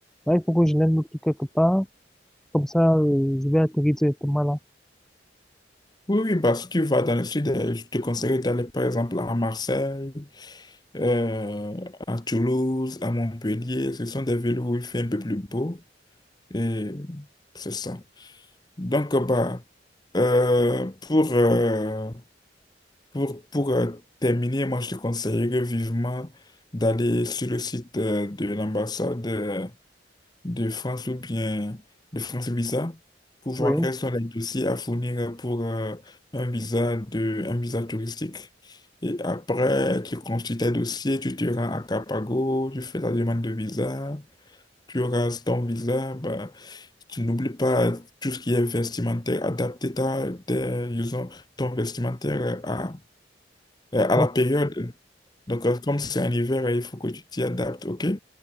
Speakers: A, in the centre; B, on the left (about 25°).
A: Ouais, il faut que je l'aime noter quelque part. Comme ça, euh, je vais atterrir directement là.
B: Oui, oui, bah, si tu vas dans le sud, euh, je te conseille d'aller par exemple à Marseille, euh, à Toulouse, à Montpellier. Ce sont des villes où il fait un peu plus beau et c'est ça. Donc, euh, bah, euh, pour. euh, Pour, pour euh, terminer, moi, je te conseillerais vivement d'aller sur le site euh, de l'ambassade euh, de France ou bien de France Visa pour voir
A: Oui.
B: quels sont les dossiers à fournir pour euh, un visa de, un visa touristique. Et après, tu construis tes dossiers, tu te rends à Capago, tu fais ta demande de visa, tu auras ton visa. Bah, tu n'oublies pas tout ce qui est vestimentaire, adapter ta, tes- disons, ton vestimentaire à, à
A: Donc,
B: la période donc, euh, comme c'est un hiver, il faut que tu t'y adaptes, ok?